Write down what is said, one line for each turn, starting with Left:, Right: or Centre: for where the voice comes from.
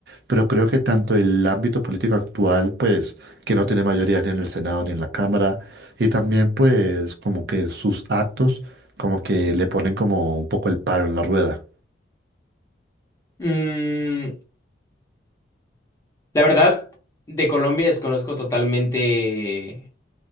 Right: pero creo que tanto el ámbito político actual, pues, que no tiene mayoría ni en el Senado ni en la Cámara, y también, pues, como que sus actos, como que le ponen como un poco el palo en la rueda.
Left: Mm, la verdad, de Colombia desconozco totalmente